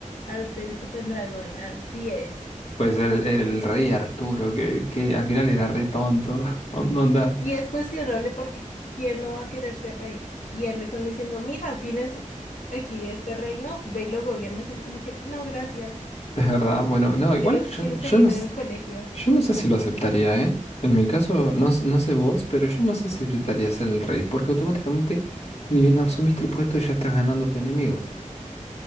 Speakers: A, on the left; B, on the left.
A: Arturito Pendragón, así es.
B: Puede ser el, el rey Arturo, que, que al final era re tonto. <laughs> On- Onda,
A: Y es cuestionable porque ¿quién no va a querer ser rey? Y él le están diciendo, mira, tienes aquí este reino, ve y lo gobiernas. Y él como que, no, gracias.
B: es verdad. Bueno, no, igual
A: Quiero,
B: yo,
A: quiero
B: yo
A: seguir
B: no.
A: en el colegio.
B: Yo no sé si lo aceptaría, ¿eh? En mi caso, no, s- no sé vos, pero yo no sé si aceptaría ser el rey, porque automáticamente, ni bien asumiste el puesto, ya estás ganándote enemigos.